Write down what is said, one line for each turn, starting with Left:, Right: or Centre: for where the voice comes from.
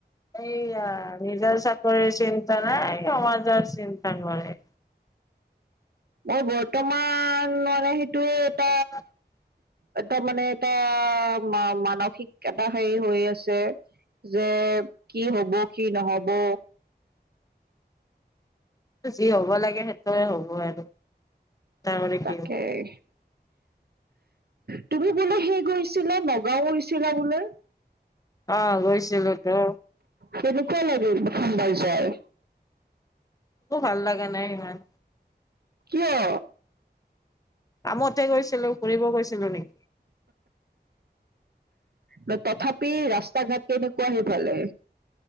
Left: এইয়া নিজৰ চাকৰিৰ চিন্তা নাই সমাজৰ চিন্তা কৰে
Right: মই বৰ্তমান মানে সেইটো এটা
Left: <unintelligible>
Right: এ তাৰ মানে এটা মা মানসিক এটা হেৰি হৈ আছে। যে কি হ'ব কি নহ'ব
Left: যি হ'ব লাগে সেইটোৱে হ'ব আৰু। কৰি
Right: তাকেই
Left: কি হ'ব।
Right: তুমি বোলে সেই গৈছিলা নগাঁও গৈছিলা বোলে
Left: অহ গৈছিলোতো
Right: কেনেকুৱা লাগিল? প্ৰথমবাৰ যায়।
Left: একো ভাল লাগা নাই সিমান
Right: কিয়
Left: কামতে গৈছিলো ফুৰিব গৈছিলো নি
Right: ত তথাপি ৰাস্তা ঘাট কেনেকুৱা? সেইফালে